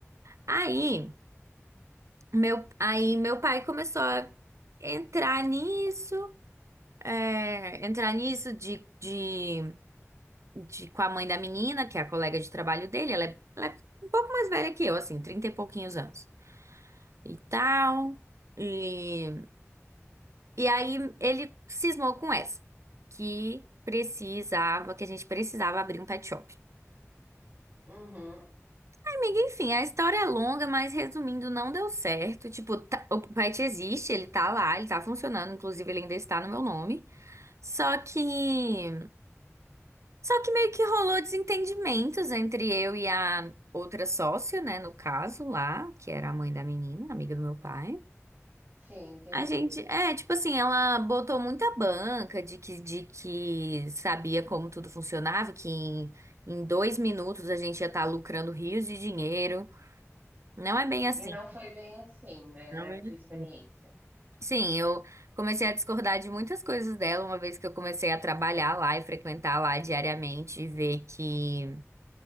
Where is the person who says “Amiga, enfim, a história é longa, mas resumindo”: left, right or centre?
Right